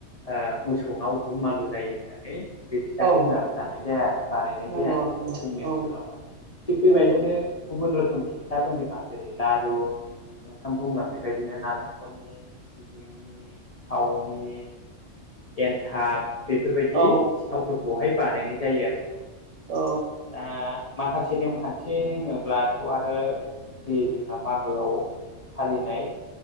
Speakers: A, on the left (about 45°); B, on the right (about 75°).
A: ओ मोसौनाव दुमालु जायो होननानै बे फिथाखौ
B: औ
A: जोंना दानाय जाया आरो बानायनाय
B: नंगौ
A: जाया
B: नंगौ
A: जोंनि ओनसोलावहाय
B: औ
A: थिग बेबायदिनो
B: नंगौ
A: गुबुन रोखोमनि फिथा दं जोंहा जेरै लारु नोंथां बुंलां बेबायदिनो नालेंखरनि नि थावनि एन्थाब बेफोरबायदि
B: औ
A: सिथावफोरखौहाय बानायनाय जायो आरो
B: औ
A: दा माखासे नेमखान्थि होनोब्लाथ' आरो जि जोंहा मागोआव फालिनाय